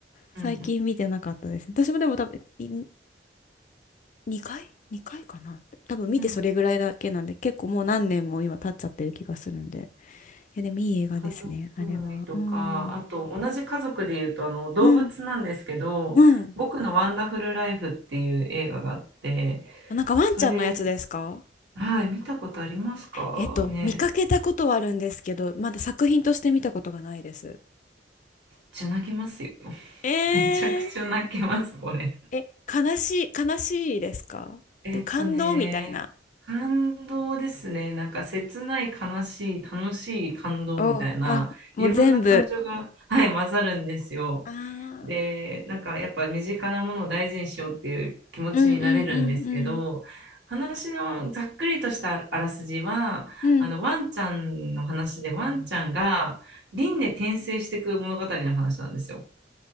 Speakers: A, on the right; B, on the left.
A: うん、
B: 最近見てなかったです。私もでも多分、い2回 ?2 回かな多分見てそれぐらいだけなんで、
A: うん。うん
B: 結構もう何年も今経っちゃってる気がするんで。いや、でもいい映画ですね、
A: 家族
B: あれは。
A: 愛とか、
B: うん。
A: あと同じ家族でいうとあの動物なんですけど、
B: うん。うん。
A: 僕のワンダフルライフっていう映画があって、
B: あなんかワンちゃんのやつですか
A: それはい、見たことありますかね。
B: えっと、見かけたことはあるんですけど、まだ作品として見たことがないです。
A: じゃ泣けますよ。
B: えー、
A: <laughs> めちゃくちゃ泣けます、これ。
B: え、悲しい、悲しいですかでも感動みたいな。
A: えっとね、感動ですね。なんか切ない、悲しい、楽しい感動みたいな、
B: お、あ、もう全部。
A: いろんな感情が、はい、混ざるんですよ。
B: あ
A: で、
B: ー
A: なんかやっぱ身近なものを大事にしようっていう気持ちになれるんですけど、
B: うんうんうん
A: 話のざっくりとしたあらすじは、
B: うん。うん。
A: あの、ワンちゃんの話で、ワンちゃんが輪廻転生していく物語の話なんですよ。